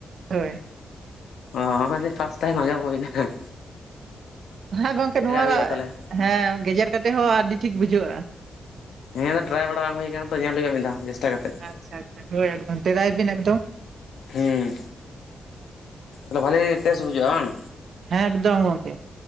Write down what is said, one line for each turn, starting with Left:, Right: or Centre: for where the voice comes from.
Right: ᱦᱳᱭ
Left: ᱚ ᱚᱱᱟ ᱜᱮ ᱯᱷᱟᱹᱥᱴᱟᱭᱤᱢ ᱟᱡᱚᱢ ᱦᱩᱭ ᱱᱟ ᱦᱮᱸ
Right: <inaudible> ᱜᱚᱝᱠᱮ ᱱᱚᱣᱟ
Left: ᱦᱩᱭᱩᱜᱼᱟ ᱛᱟᱦᱚᱞᱮ
Right: ᱦᱮᱸ ᱜᱮᱡᱮᱨ ᱠᱟᱛᱮ ᱦᱚᱸ ᱟᱹᱰᱤ ᱴᱷᱤᱠ ᱵᱩᱡᱷᱟᱹᱜᱼᱟ
Left: ᱦᱮᱸ ᱫᱚ ᱴᱨᱟᱭ ᱵᱟᱲᱟ ᱵᱟᱝ ᱦᱩᱭ ᱠᱟᱱᱟ ᱛᱚ ᱧᱮᱞ ᱦᱩᱭᱩᱜᱼᱟ ᱢᱤᱫ ᱫᱷᱟ ᱪᱮᱥᱴᱟ ᱠᱟᱛᱮᱜ
Right: ᱟᱪᱪᱷᱟ ᱟᱪᱪᱷᱟ ᱦᱳᱭ ᱮᱠᱫᱚᱢ ᱴᱮᱨᱟᱭ ᱵᱤᱱ ᱮᱠᱫᱚᱢ
Left: ᱦᱮᱸ <inaudible> ᱵᱷᱟᱜᱤ ᱜᱮ ᱴᱮᱥ ᱵᱩᱡᱷᱟᱹᱜᱼᱟ ᱵᱟᱝ
Right: ᱦᱮᱸ ᱮᱠᱫᱚᱢ ᱜᱚᱝᱠᱮ